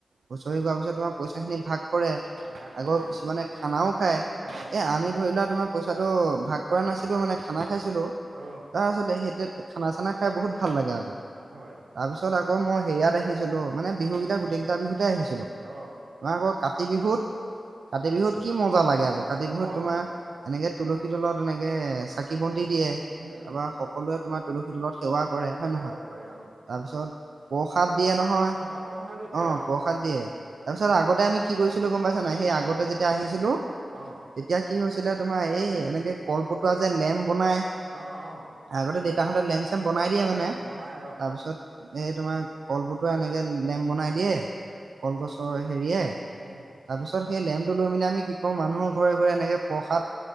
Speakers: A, on the right; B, on the right.
A: হুঁচৰি গোৱাৰ পিছত তোমাৰ পইচাখিনি ভাগ। কৰে
B: ভাগ কৰে
A: আগৰ কিছুমানে
B: অ',
A: খানাও খায় এ
B: অ',
A: আমি ধৰি লোৱা তোমাৰ। পইচাটো ভাগ কৰা নাছিলো মানে খানা খাইছিলো তাৰ
B: অ',
A: পাছতে সেই এতিয়া খানা চানা খাই বহুত ভাল লাগে আকৌ।
B: হয়।
A: তাৰ পিছত আকৌ মই সেয়াত আহিছিলো মানে বিহুকেইটা গোটেই কেইটা বিহুতে আহিছিলো। তোমাৰ
B: অ',
A: আকৌ কাতি বিহুত কাতি বিহুত কি মজা লাগে আকৌ কাতি বিহুত
B: অ'।
A: তোমাৰ। এনেকে তুলসী তলত এনেকে চাকি বন্তি দিয়ে তাৰপৰা
B: উম,
A: সকলোৱে তোমাৰ তুলসী তলত, সেৱা কৰে হয়
B: সেৱা
A: নহয়,
B: কৰে অ',
A: তাৰপিছত প্ৰসাদ দিয়ে নহয়,
B: অ', প্ৰসাদো দিয়ে
A: অ প্ৰসাদ দিয়ে। তাৰ পিছত আগতে আমি কি কৰিছিলো গম পাইছা নাই সেই আগতে যেতিয়া আহিছিলো।
B: অ',
A: তেতিয়া কি হৈছিলে তোমাৰ, এই এনেকৈ কলপতা যে লেম্প বনায়।
B: অঁ অঁ।
A: আগতে দেউতাহঁতে লেম্প চেম বনাই দিয়ে মানে
B: বনাই অ',
A: তাৰপিছত। এই তোমাৰ কল পটোৱা এনেকে লেম্প বনাই দিয়ে কলগছৰ হেৰিয়ে
B: উম
A: তাৰপিছত সেই লেম্পটো লৈ মেলি আমি কি কৰোঁ মানুহৰ ঘৰে ঘৰে এনেকে প্ৰসাদ